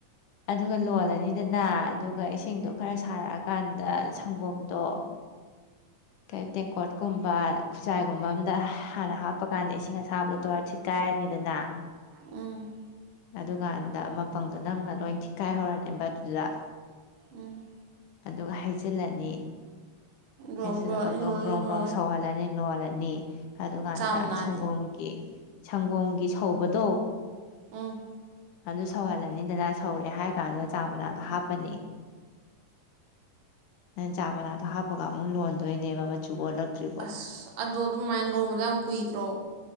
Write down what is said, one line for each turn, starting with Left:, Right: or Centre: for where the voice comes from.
Left: ꯑꯗꯨꯒ ꯂꯣꯜꯂꯅꯤꯗꯅ ꯑꯗꯨꯒ ꯏꯁꯤꯡꯗꯣ ꯈꯔ ꯁꯥꯔꯛꯑꯀꯥꯟꯗ ꯑꯗ ꯁꯪꯒꯣꯝꯗꯣ ꯀꯩ ꯇꯦꯡꯀꯣꯠꯀꯨꯝꯕ ꯈꯨꯖꯥꯏꯒꯨꯝꯕ ꯑꯝꯗ ꯍꯥꯟꯅ ꯍꯥꯞꯄ ꯀꯥꯟꯗ ꯏꯁꯤꯡ ꯑꯁꯥꯕꯗꯣ ꯇꯣꯔ ꯊꯤꯠꯀꯥꯏꯔꯅꯤꯗꯅ
Right: ꯎꯝ
Left: ꯑꯗꯨꯀꯥꯟꯗ ꯃꯄꯪꯗꯣ ꯅꯪꯅ ꯂꯣꯏ ꯊꯤꯈꯥꯏꯍꯧꯔꯅꯦꯕ ꯑꯗꯨꯨꯗ
Right: ꯎꯝ
Left: ꯑꯗꯨꯒ ꯍꯩꯖꯤꯜꯂꯅꯤ
Right: ꯂꯣꯡ
Left: ꯍꯩꯖꯤꯜꯂꯒ
Right: ꯂꯣꯜꯂꯅꯤ
Left: ꯕ꯭ꯔꯣꯡ
Right: ꯂꯣꯜꯂꯅꯤ
Left: ꯕ꯭ꯔꯣꯡ
Right: ꯂꯣꯜꯂꯅꯤ
Left: ꯕ꯭ꯔꯣꯡ ꯁꯧꯍꯜꯂꯅꯤ ꯂꯣꯜꯂꯦ ꯅꯤ ꯑꯗꯨꯀꯥꯟꯗ
Right: ꯆꯥꯃꯅꯥꯗꯤ
Left: ꯁꯪꯒꯣꯝꯒꯤ ꯁꯪꯒꯣꯝꯒꯤ ꯁꯧꯕꯗꯣ
Right: ꯎꯝ
Left: ꯑꯗꯨ ꯁꯧꯍꯜꯂꯅꯤꯗꯅ ꯁꯧꯔꯦ ꯍꯥꯏꯔ ꯀꯥꯟꯗ ꯆꯥ ꯃꯅꯥꯗꯣ ꯍꯥꯞꯄꯅꯤ ꯑꯩꯅ ꯆꯥ ꯃꯥꯅꯥ ꯇꯍꯥꯞ ꯑꯗꯨꯒ ꯑꯃꯨꯛ ꯂꯣꯟꯗꯣꯏꯅꯦꯕ ꯃꯆꯨ ꯑꯣꯜꯂꯛꯇ꯭ꯔꯤꯕꯧ
Right: ꯑꯁ ꯑꯗꯣ ꯑꯗꯨꯃꯥꯏꯅ ꯂꯣꯡꯕꯗꯣ ꯌꯥꯝ ꯀꯨꯏꯗ꯭ꯔꯣ